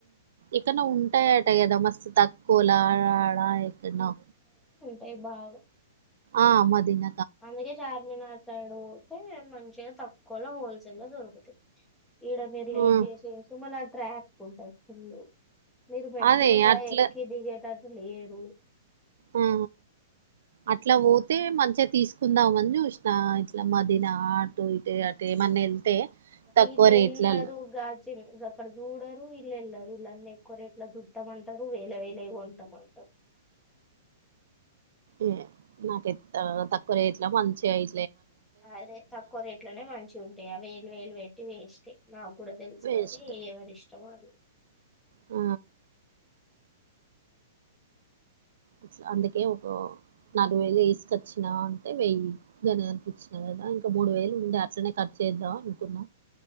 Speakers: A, on the right (about 60°); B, in the centre.
A: ఎక్కనో ఉంటాయట కాదా మా స్తు తకొల ఆడ ఆడ ఎక్కనో
B: ఎయి భాగు
A: ఆ మాదిన
B: అందుకే చార్మినార్ సైడ్ పోతే మంచిగా తకొలా హోల్సేల్ ల దొరుకుతాయి ఈడ మీరు లేట్
A: ఉమ్
B: చేస్తూంటే మళ్ళీ ట్రాఫిక్ ఉంటది ఫుల్ మీరు మెట్రోలా
A: అదే అట్లా
B: ఎక్కి దిగేటట్టు లేరు
A: ఆ అట్లా పోతే మంచిగా తీసుక్ కుందాంమని చూసిన ఇట్లా మాదిన అటు ఇటు అంటేమన్నా వెళ్తే తక్కువ
B: ఇల్
A: రేట్లలా
B: ఎలారు గాజుల్ గాకాడ చూడరు ఇళ్ళు వెళ్లరు ఇల్లన్నీ ఎక్కువ రేట్లా చూతమంటారు వేలాయి వేలాయి కొంటాంమంటారు
A: ఏ నాకయి తక్కువ రేట్లా మంచి అయి
B: అదే తక్కువ రేట్లోనే మంచిగా ఉంటాయి. ఆ వేలు వేలు పెట్టి వేస్ట్ నాక్ కూడా తెలుసుగాని
A: వేస్ట్
B: ఎవరి ఇష్టం వాళ్ళు
A: ఆ అట్లా అందుకే ఒక నాలుగు వేలు వేసుకొచ్చినా అంటే వెయ్యి గననికిచ్చిన ఇంకా మూడు వేలు ఉండే అట్లనే ఖర్చు చేదాం అనుకున్న